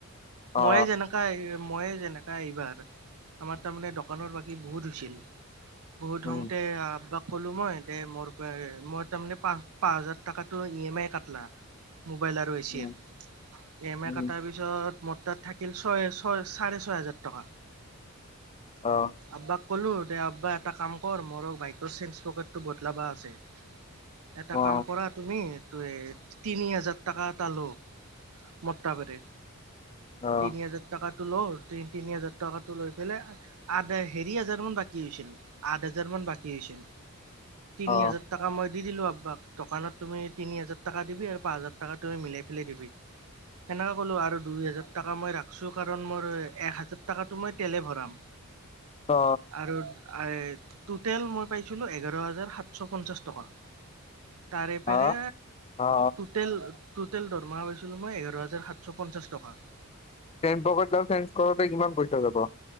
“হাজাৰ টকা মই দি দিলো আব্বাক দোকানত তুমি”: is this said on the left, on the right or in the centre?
Right